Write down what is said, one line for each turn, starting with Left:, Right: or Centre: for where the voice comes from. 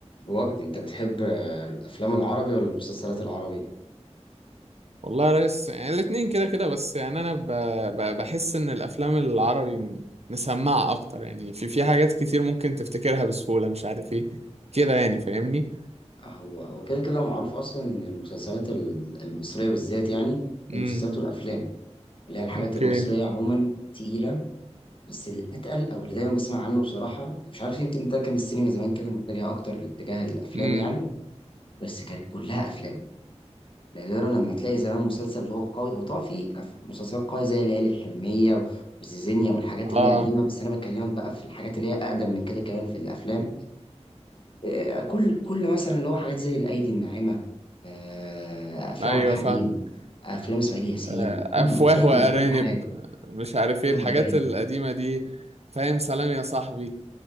Left: وجدي انت بتحب آه، الافلام العربي ولا المسلسلات العربي
Right: والله يا ريس يعني الاتنين كده كده بس يعني انا ب... ب... بحس ان الافلام العربي م- مسمعة اكتر يعني في في حاجات كتير ممكن تفتكرها بسهولة مش عارف ايه كده يعني فاهمني
Left: هو هو كده كده معروف اصلا ان المسلسلات ال- المصريه بالذات يعني
Right: امم
Left: المسلسلات والافلام اللي هي الحاجات
Right: اوكي
Left: المصريه عموما تقيله بس الاتقل او اللي دايما بسمع عنه بصراحه مش عارف يمكن ده كان السينما زمان كده متجهه اكتر لاتجاه الافلام
Right: امم
Left: يعني بس كانت كلها افلام نادرا لما تلاقي زمان مسلسل اللي هو قوي هو طبعا في أف- مسلسلات قويه زي ليالي الحلميه وزيزينيا والحاجات اللي
Right: اه
Left: هي قديمه بس انا بكلمك بقى في الحاجات اللي هي اقدم من كده كمان في الافلام آه، كل كل مثلا اللي هو حاجات زي الايدي الناعمه آه، افلام
Right: ايوه
Left: عبد الحليم
Right: فاهم
Left: افلام اسماعيل ياسين
Right: آه،
Left: كله
Right: افواه
Left: تلاقي
Right: وارانب
Left: من كل حاجه
Right: آه، مش عارف
Left: فيلم
Right: ايه الحاجات
Left: ارانب
Right: القديمة دي فاهم سلام يا صاحبي